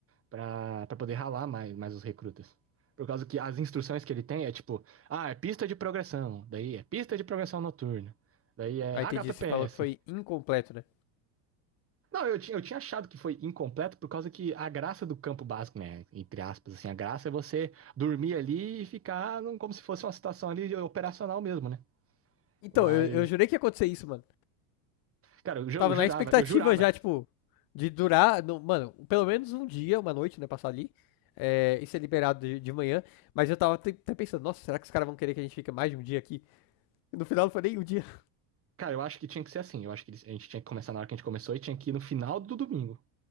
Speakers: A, on the right; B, on the left.
A: pra, pra poder ralar mais, mais os recrutas. Por causa que as instruções que ele tem é, tipo, ah, é pista de progressão, daí é pista de progressão noturna, daí é
B: Ah,
A: HPPS,
B: entendi, você falou que foi incompleto, né?
A: Não, eu tinha, eu tinha achado que foi incompleto por causa que a graça do campo básico, né? Entre aspas, assim, a graça é você dormir ali e ficar num- como se fosse uma situação ali operacional mesmo, né?
B: Então,
A: Mas,
B: eu, eu jurei que ia acontecer isso, mano.
A: cara, eu ju-
B: Tava
A: jurava,
B: na expectativa
A: eu jurava.
B: já, tipo, de durar, não- mano, pelo menos um dia, uma noite, né, passar ali. É, e ser liberado de, de manhã. Mas eu tava até até pensando, nossa, será que os caras vão querer que a gente fique mais de um dia aqui? E no final não foi nem um dia. <laughs>
A: Cara, eu acho que tinha que ser assim. Eu acho que a gente tinha que começar na hora que a gente começou e tinha que ir no final do domingo,